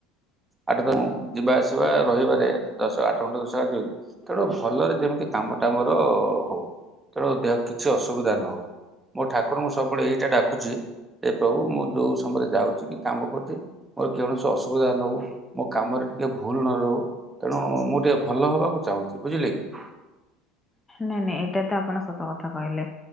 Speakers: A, on the right; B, on the left.
A: ଆଠ ତମ ଯିବା ଆସିବା ରହିବାରେ ଦଶ ଆଠ ଘଣ୍ଟା ଦଶ ତେଣୁ ଭଲରେ ଯେମିତି କାମ ଟା ମୋର ହଉ ତେଣୁ ଦେହ କିଛି ଅସୁବିଧା ନ ହଉ। ମୋ ଠାକୁରଙ୍କୁ ସବୁବେଳେ ଏଇଟା ଡାକୁଛି। ଏ ପ୍ରଭୁ ମୁଁ ଯୋଉ ସମୟରେ ଯାଉଛି କି କାମ କରୁଛି, ମୋର କୌଣସି ଅସୁବିଧା ନ ହଉ। ମୋ କାମରେ ଟିକେ ଭୁଲ ନ ରହୁ ତେଣୁ ମୁଁ ଟିକେ ଭଲ ହବାକୁ ଚାହୁଁଛି ବୁଝିଲେ କି
B: ନାଇଁ ନାଇଁ ଏଇଟା ତ ଆପଣ ସତ କଥା କହିଲେ